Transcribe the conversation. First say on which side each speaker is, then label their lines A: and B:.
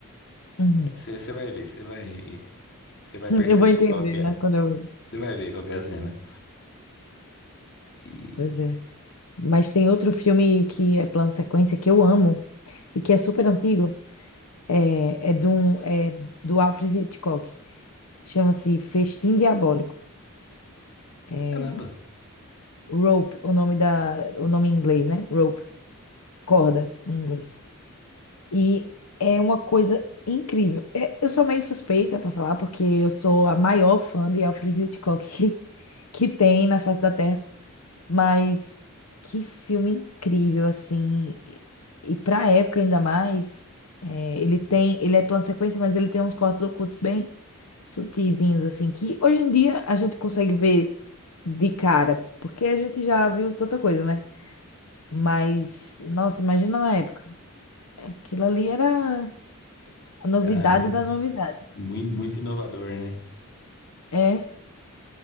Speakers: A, on the left (about 85°); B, on the left (about 55°).
A: Uhum.
B: Você vai ver, você vai. Você vai
A: <laughs>
B: perceber
A: Eu vou entender,
B: qual que é.
A: né, quando eu... ver.
B: Você vai ver qual que é a cena. E
A: Pois é. Mas tem outro filme que é plano sequência que eu amo e que é super antigo. É, é, de um, é do Alfred Hitchcock. Chama-se Festim Diabólico. É,
B: caramba,
A: Rope, o nome da, o nome em inglês, né? Rope, corda em inglês. E é uma coisa incrível. É, Eu sou meio suspeita para falar, porque eu sou a maior fã de Alfred Hitchcock que, <laughs> que tem na face da Terra. Mas que filme incrível, assim. E, e pra época ainda mais, é, ele tem. Ele é plano sequência, mas ele tem uns cortes ocultos bem sutizinhos, assim, que hoje em dia a gente consegue ver de cara, porque a gente já viu tanta coisa, né? Mas, nossa, imagina na época. Aquilo ali era. A novidade
B: caramba,
A: da novidade.
B: muito, muito inovador, né?
A: É.